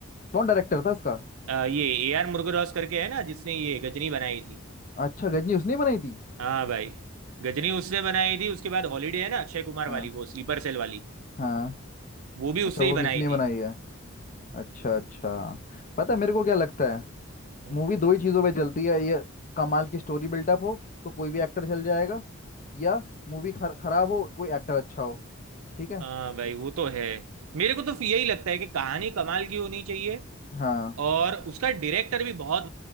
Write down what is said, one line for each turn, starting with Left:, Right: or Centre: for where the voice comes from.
Left: कौन डायरेक्टर था इसका
Right: आ, ये ए आर मुरुगदॉस करके है ना जिसने ये गजनी बनाई थी
Left: अच्छा गजनी उसने ही बनाई थी
Right: हाँ भाई गजनी उसने बनाई थी उसके बाद हॉलीडे है ना अक्षय कुमार वाली
Left: हाँ
Right: वो स्लीपर सेल वाली
Left: हाँ
Right: वो भी
Left: अच्छा
Right: उसने
Left: वो
Right: ही
Left: भी
Right: बनाई
Left: इसने
Right: थी
Left: बनाई है अच्छा अच्छा पता है मेरे को क्या लगता है
Right: हम्म
Left: मूवी दो ही चीज़ों पे चलती है ये कमाल की स्टोरी बिल्डअप हो तो कोई भी एक्टर चल जाएगा या मूवी खर, खराब हो कोई एक्टर अच्छा हो ठीक है
Right: हाँ भाई वो तो है मेरे को तो यही लगता है कि कहानी कमाल की होनी चाहिए
Left: हाँ
Right: और उसका डायरेक्टर भी बहुत